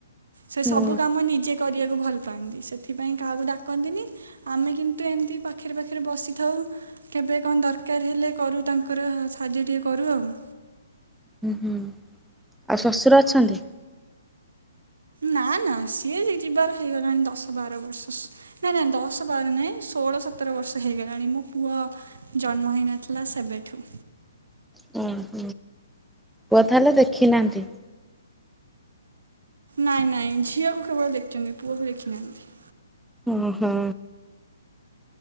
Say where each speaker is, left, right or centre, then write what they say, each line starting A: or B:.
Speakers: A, on the right (about 80°); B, in the centre.
A: ସେ
B: ହୁଁ
A: ସବୁ କାମ ନି କରିଆକୁ ଭଲ ପାଆନ୍ତି, ସେଥିପାଇଁ କାହାକୁ ଡାକନ୍ତିନି ତ ଆମେ କିନ୍ତୁ ଏମ୍ତି ପାଖେରେ-ପାଖେରେ ବସିଥାଉ କେବେ କଣ ଦରକାର୍ ହେଲେ, କରୁ ତାଙ୍କର ସାହାଯ୍ୟ ଟିକେ କରୁ ଆଉ।
B: ହୁଁ-ହୁଁ, ଆଉ ଶଶୁର ଅଛନ୍ତି?
A: ନାଁ-ନାଁ ସିଏ ଯି ଯିବାର ହେଇଗଲାଣି ଦଶ ବାର ବର୍ଷ। ନାଇଁ-ନାଇଁ ଦଶ ବାର ନାଇଁ ଷୋହଳ ସତର ବର୍ଷ ହେଇଗଲାଣି, ମୋ ପୁଅ ଜନ୍ମ ହେଇନଥିଲା ସେବେଠୁ।
B: <unintelligible> ପୁଅ ତାହେଲେ ଦେଖିନାହାନ୍ତି?
A: ନାଇଁ-ନାଇଁ ଝିଅକୁ କେବଳ ଦେଖିଚନ୍ତି, ପୁଅ କୁ ଦେଖିନାହାନ୍ତି।
B: ଉଁହୁଁ।